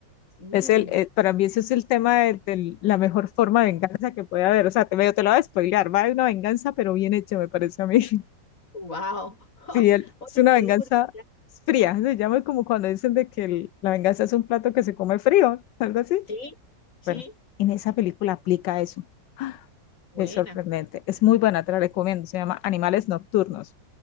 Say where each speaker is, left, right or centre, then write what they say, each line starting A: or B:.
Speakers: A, on the left; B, on the left.
A: Mmm,
B: Es el, eh, para mí ese es el tema de, de la mejor forma de venganza que puede haber. O sea, te, medio te lo voy a spoilear, va de una venganza, pero bien hecha, me parece a mí. <laughs>
A: wow. <laughs>
B: Sí, el-
A: Oye,
B: es una
A: me
B: venganza
A: dio curiosidad.
B: fría, se llama como cuando dicen de que el- la venganza es un plato que se come frío, algo así.
A: Sí, sí,
B: Bueno, en esa película aplica eso. <gasps> ¡Ah!
A: buena.
B: Es sorprendente, es muy buena, te la recomiendo. Se llama Animales Nocturnos.